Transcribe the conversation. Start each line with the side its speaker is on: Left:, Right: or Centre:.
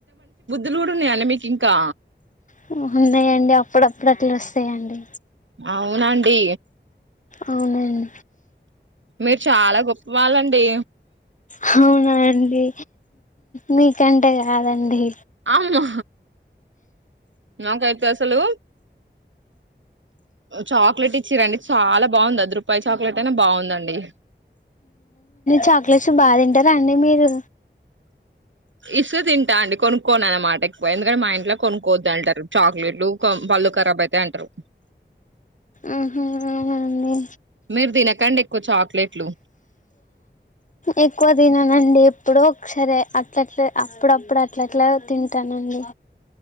Right: లు గూడున్నాయండి మీకింకా
Left: హూ ఉన్నాయండి అప్పుడప్పుడు అట్లా వస్తాయండి
Right: అవునా అండి
Left: అవునన్
Right: మీరు చాలా గొప్ప వాళ్ళండి
Left: హవునన్ డి మీ కంటే కాదండి
Right: అమ్మో నాకయితే అసలు చాక్లెట్ ఇచ్చిర్రండి చాలా బావుంది అర్దు రూపాయి చాక్లెట్ అయినా బావుందండి
Left: చాక్లేట్స్ బా తింటా రా అండి మీరు
Right: ఇస్తే తింటా అండి కొనుక్కోనం అనమాట ఎక్కువ ఎందుకంటే మా ఇంట్లో కొనుక్కోవద్దు అంటారు చాక్లెట్లు పళ్ళు కరబ్ అయితాయి అంటారు
Left: ఆహా అవునా అండి
Right: మీరు తినకండి ఎక్కువ చాక్లెట్లు
Left: ఎక్కువ తిననండి ఇప్పుడో ఒకసారే అట్లట్లే అప్పుడప్పుడ అట్లాట్లా తింటానండి